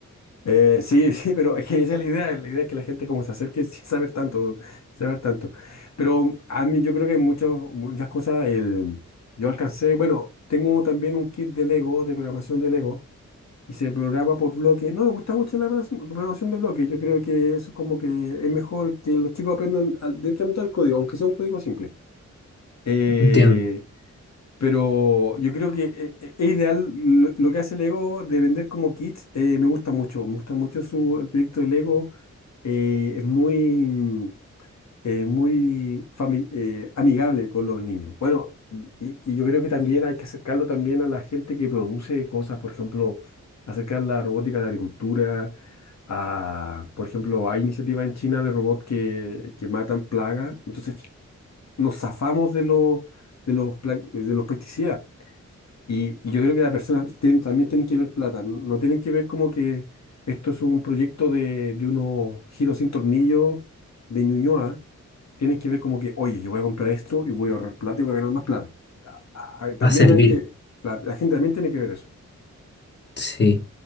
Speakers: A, on the left; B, on the left.
A: Eh, sí, <laughs> sí, pero es que esa es la idea, la idea es que la gente como se acerque sin saber tanto, sin saber tanto. Pero a mí yo creo que hay muchas, muchas cosas, el, yo alcancé, bueno, tengo también un kit de Lego, de programación de Lego. y se programa por bloque. No, me gusta mucho la programación programación de bloque. Yo creo que eso es como que es mejor que los chicos aprendan al- directamente al código, aunque sea un código simple. Eh,
B: Entiendo.
A: pero yo creo que eh, eh, es ideal lo, lo que hace Lego de vender como kits. eh, me gusta mucho, me gusta mucho su, el proyecto de Lego. eh, es muy, eh, muy fami- eh, amigable con los niños. Bueno, y, y- y yo creo que también hay que acercarlo también a la gente que produce cosas, por ejemplo, acercar la robótica a la agricultura, a, por ejemplo, hay iniciativas en China de robots que, que matan plagas, entonces nos zafamos de los, de los, pla- de los pesticidas. Y, y yo creo que las personas tienen- también tienen que ver plata, no no tienen que ver como que esto es un proyecto de, de unos giros sin tornillo de Ñuñoa, tienen que ver como que, oye, yo voy a comprar esto y voy a ahorrar plata y voy a ganar más plata. a- a- También
B: Va a servir.
A: hay que, la, la gente también tiene que ver eso.
B: Sí.